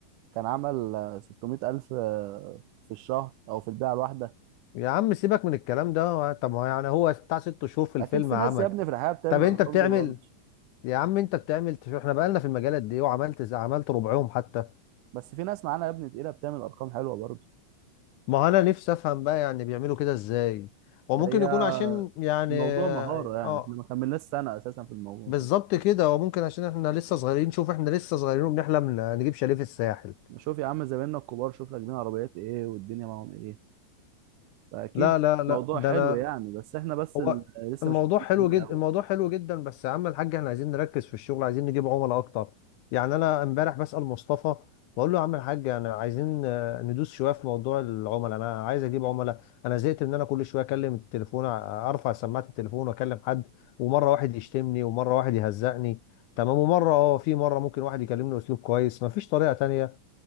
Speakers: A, on the right (about 80°); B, on the left (about 75°).
A: كان عمل آه، 600 ألف آه، في الشهر أو في البيعة الواحدة
B: يا عم سيبك من الكلام ده طب ما هو يعني هو بتاع ست شهور في الفيلم
A: أكيد في
B: عمل
A: ناس يا ابني في الحياة بتعمل
B: طب انت
A: الأرقام
B: بتعمل
A: دي برضه
B: يا عم انت بتعمل تف- احنا بقالنا في المجالات دي وعملت ز- عملت ربعهم حتى
A: بس في ناس معانا يا ابني تقيلة بتعمل أرقام حلوة برضه
B: ما انا نفسي افهم بقى يعني بيعملوا كده ازاي وممكن
A: هي
B: يكون عشان يعني
A: الموضوع
B: اه
A: مهارة يعني
B: آه،
A: احنا ما كملناش سنة أساسا في الموضوع
B: بالظبط كده وممكن عشان احنا لسه صغيرين شوف احنا لسه صغيرين وبنحلم ن- نجيب شاليه في الساحل
A: ده شوف يا عم زمايلنا الكبار شوف راكبين عربيات إيه والدنيا معاهم إيه فأكيد
B: لا لا
A: الموضوع
B: لا ده
A: حلو
B: انا
A: يعني بس احنا بس
B: هو
A: ال- لسه
B: الموضوع
A: مش فاهمين
B: حلو
A: الدنيا
B: جدا
A: أوي
B: الموضوع حلو جدا بس يا عم الحاج احنا عايزين نركز في الشغل عايزين نجيب عملاء اكتر يعني انا امبارح بسأل مصطفى بقول له يا عم الحاج انا عايزين آه، ندوس شويه في موضوع العملاء انا عايز اجيب عملاء انا زهقت ان انا كل شويه اكلم التليفون آه، ارفع سماعه التليفون واكلم حد ومره واحد يشتمني ومره واحد يهزقني تمام ومره اه في مره ممكن واحد يكلمني اسلوب كويس مفيش طريقه تانية